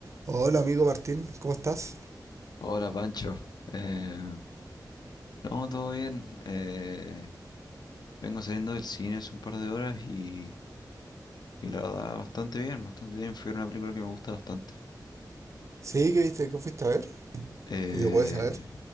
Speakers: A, on the right (about 45°); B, on the left (about 70°).
A: Hola amigo Martín, ¿cómo estás?
B: Hola Pancho, Eh, no, todo bien. Eh, vengo saliendo del cine hace un par de horas y, y la verdad bastante bien, bastante bien. Fue una película que me gusta bastante.
A: Sí, ¿qué viste? ¿Qué fuiste a ver?
B: Eh,
A: Si se puede saber.